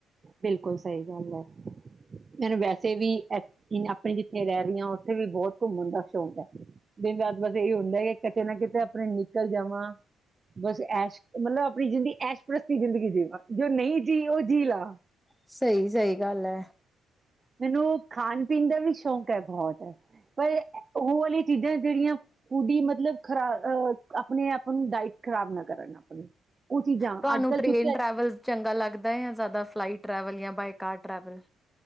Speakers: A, on the right; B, in the centre.
A: ਬਿਲਕੁਲ ਸਹੀ ਗੱਲ ਹੈ, ਮੈਨੂੰ ਵੈਸੇ ਵੀ ਆਪਣੇ ਜਿੱਥੇ ਰਹਿ ਰਹੀ ਹਾਂ ਉੱਥੇ ਵੀ ਬਹੁਤ ਘੁੰਮਣ ਦਾ ਸ਼ੌਂਕ ਹੈ, ਦਿਨ ਰਾਤ ਬਸ ਇਹੀ ਹੁੰਦਾ ਕਿ ਕਿਤੇ ਨਾ ਕਿਤੇ ਆਪਣੇ ਨਿਕਲ ਜਾਵਾਂ ਬਸ ਐਸ਼ ਮਤਲਬ ਆਪਣੀ ਜਿੰਦਗੀ ਐਸ਼ਪਸਤੀ ਜ਼ਿੰਦਗੀ ਜੀਵਾਂ ਜੋ ਨਹੀਂ ਜੀਅ ਉਹ ਜੀਅ ਲਾ
B: ਸਹੀ, ਸਹੀ ਗੱਲ ਹੈ।
A: ਮੈਨੂੰ ਖਾਣ ਪੀਣ ਦਾ ਵੀ ਸ਼ੌਕ ਹੈ, ਬਹੁਤ ਪਰ ਉਹ ਵਾਲੀਆਂ ਚੀਜ਼ਾਂ ਜਿਹੜੀਆਂ ਫੂਡੀ ਹੀ ਮਤਲਬ ਖਰਾਬ ਅਹ ਆਪਣੇ ਆਪਾਂ ਡਾਈਟ ਖਰਾਬ ਨਾ ਕਰਨ ਆਪਣੀ ਉਹ ਚੀਜ਼ਾਂ
B: ਤੁਹਾਨੂੰ
A: ਅੱਜ ਕੱਲ੍ਹ
B: ਟ੍ਰੇਨ
A: ਕਿਉਂਕਿ
B: ਟਰੈਵਲ ਚੰਗਾ ਲੱਗਦਾ ਜਾਂ ਜ਼ਿਆਦਾ ਫਲਾਈਟ ਟ੍ਰੈਵਲ ਜਾਂ ਬਾਈਕ ਕਾਰ ਟਰੈਵਲਂ